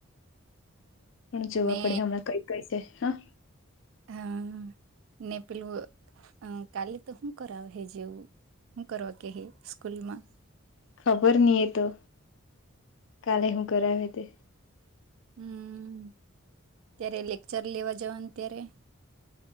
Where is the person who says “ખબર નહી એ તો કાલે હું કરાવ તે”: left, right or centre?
Left